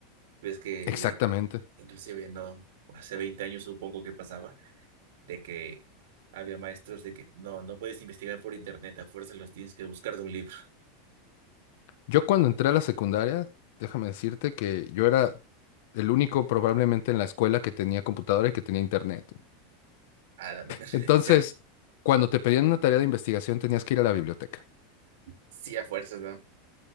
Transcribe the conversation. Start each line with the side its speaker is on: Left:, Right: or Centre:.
Right: Ves que
Left: Exactamente.
Right: inclusive no, hace 20 años supongo que pasaba, de que había maestros de que no, no puedes investigar por internet, a fuerzas los tienes que buscar de un libro. <laughs>
Left: Yo cuando entré a la secundaria, déjame decirte que yo era el único probablemente en la escuela que tenía computadora y que tenía internet.
Right: Ah, la madre. <laughs>
Left: Entonces, cuando te pedían una tarea de investigación, tenías que ir a la biblioteca.
Right: Sí, a fuerzas, ¿no?